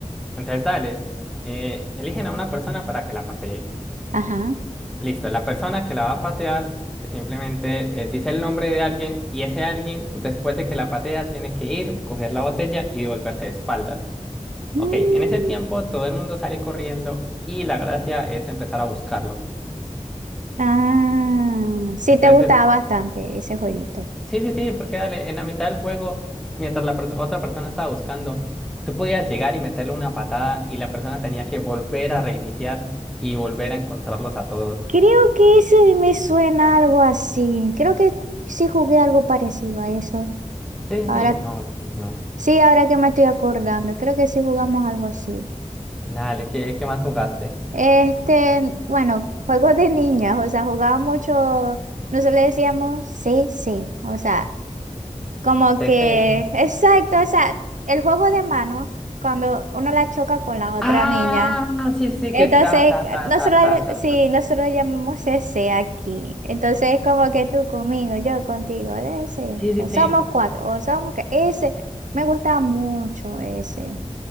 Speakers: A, in the centre; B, on the right.
A: Entonces, dale, eh, eligen a una persona para que la patee.
B: Ajá.
A: Listo, la persona que la va a patear eh, simplemente eh, dice el nombre de alguien y ese alguien, después de que la patea, tiene que ir, coger la botella y devolverse de espaldas.
B: Mm,
A: Ok, en ese tiempo todo el mundo sale corriendo y la gracia es empezar a buscarlos.
B: ah, sí
A: Entonces,
B: te gustaba
A: eh,
B: bastante ese jueguito.
A: sí, sí, sí, porque dale, en la mitad del juego, mientras la pers- otra persona estaba buscando, tú podías llegar y meterle una patada y la persona tenía que volver a reiniciar y volver a encontrarlos a todos.
B: Creo que ese me suena algo así. Creo que sí jugué algo parecido a eso.
A: Sí,
B: Ahora,
A: sí, sí, no, pues no.
B: sí, ahora que me estoy acordando, creo que sí jugamos algo así.
A: Dale, ¿qué, qué más jugaste?
B: Este, bueno, juegos de niñas, o sea, jugábamos mucho, nosotros le decíamos sí, sí, o sea, como
A: CC.
B: que, exacto, o sea, el juego de mano, cuando uno la choca con la otra
A: Ah,
B: niña.
A: sí, sí,
B: Entonces,
A: que está, ta, ta,
B: nosotros,
A: ta, ta, ta, ta.
B: sí,
A: ta.
B: nosotros le llamamos ese aquí. Entonces, es como que tú conmigo, yo contigo, de ese.
A: Sí, sí,
B: O somos
A: sí.
B: cuatro, o somos que ese. Me gusta mucho ese.